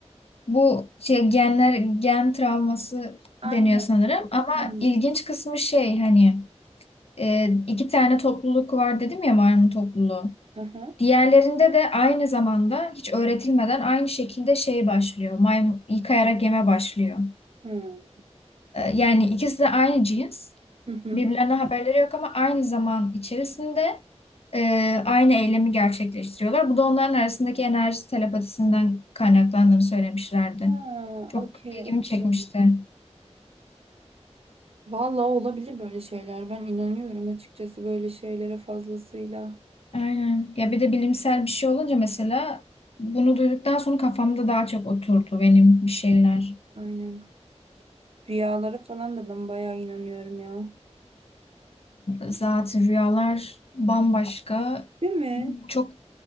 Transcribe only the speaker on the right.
Aynen
aynen.
Aha.
Hı.
Hı hı.
Hı.
Ha,
okey
okey.
Vallahi olabilir böyle şeyler. Ben inanıyorum açıkçası böyle şeylere fazlasıyla.
Aynen. Rüyalara falan da ben bayağı inanıyorum ya.
Değil mi?